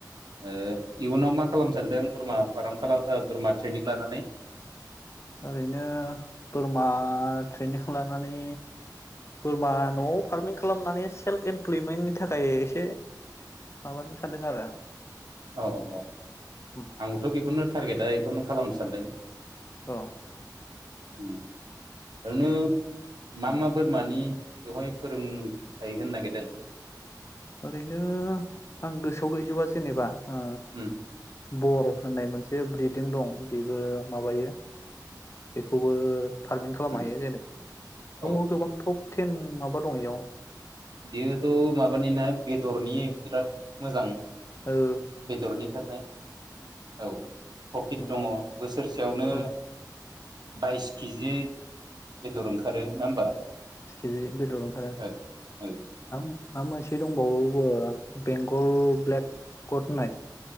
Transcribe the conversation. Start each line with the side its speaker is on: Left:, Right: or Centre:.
Right: ओ इयुनाव मा खालामनो सानदों बोरमा फार्म खालाम आ बोरमा ट्रेनिं लानानै?
Left: ओरैनो बोरमा ट्रेनिं खालामनानै बोरमा न'आव फार्मिं। खालामनानै सेल्फ इमप्लयमेन्टनि थाखाय एसे माबानो सानदों आरो।
Right: औ औ औ
Left: आं
Right: आंबोथ' बेखौनो टारगेटआ बेखौनो खालामनो सानदों।
Left: औ।
Right: उम ओरैनो मा मा बोरमानि बेवहाय फोरोंथाय होनो नागिरदों?
Left: ओरैनो आं गोसोआव गैजोबा जेनेबा ओ
Right: उम
Left: बर होननाय मोनसे ब्रिदिं दं बेबो माबायो बेखौबो फारमिं खालामनो
Right: उम
Left: हायो जेनेबा दङ
Right: औ
Left: गोबां टप टेन माबा दङ इयाव।
Right: बेयोथ' माबानि ना बेदरनि बिराद मोजां।
Left: ओ
Right: बेदरनि थाखाय औ प्रफिट
Left: उम
Right: दङ बोस सेरसेयावनो
Left: उम
Right: बाइस किजि बेदर ओंखारो नङा होमबा?
Left: बिस केजि बेदर ओंखारो
Right: औ औ
Left: हाम। मा मोनसे दंबावो बेंगल ब्लेक गड होननाय।